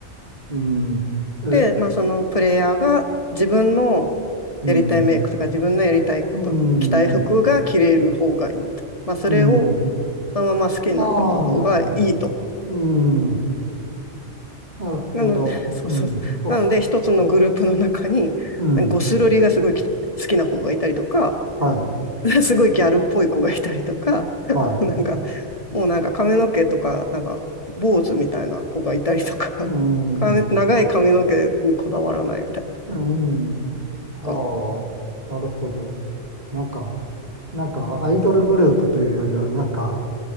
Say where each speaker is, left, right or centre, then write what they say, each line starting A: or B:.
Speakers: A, on the right; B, on the left.
A: ーん、え、う
B: で、まあ、そのプレイヤーが自分の
A: ーん、
B: やりたいメイクとか自分のやりたいこと、
A: うーん、
B: 着たい服が着れる方がいいと。
A: う
B: まあ、それを
A: ーん。
B: そのまま好きになってもらう方がいいと。
A: ああ、なるほど。うーん、なるほど。
B: なので、<laughs> そうそうそうなので、
A: うん、そう、
B: 一つのグループの中に、
A: うん、
B: ゴスロリがすごい好きな子がいたりとか、
A: はい、
B: <laughs> すごいギャルっぽい子がいたりとか、<laughs>
A: はい、
B: なんか、もうなんか髪の毛とか、なんか坊主みたいな子がいたりとか、<laughs>
A: うーん、
B: か長い髪の毛にこだわらないみたいな。
A: うーん。
B: <laughs>
A: ああ、
B: か
A: なるほど。なんか、なんか、アイドルグループというよりは、なんか、